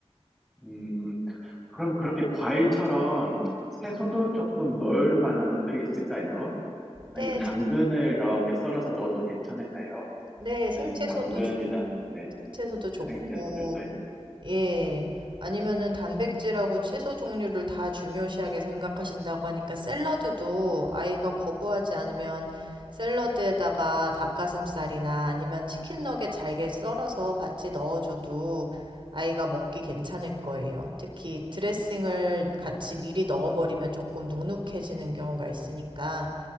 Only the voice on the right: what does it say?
네,
제-
네, 생채소도
좋,
생채소도 좋고
예. 아니면은 단백질하고 채소 종류를 다 중요시하게 생각하신다고 하니까 샐러드도 아이가 거부하지 않으면 샐러드에다가 닭가슴살이나 아니면 치킨 너겟 잘게 썰어서 같이 넣어줘도 아이가 먹기 괜찮을 거예요. 특히 드레싱을 같이 미리 넣어버리면 조금 눅눅해지는 경우가 있으니까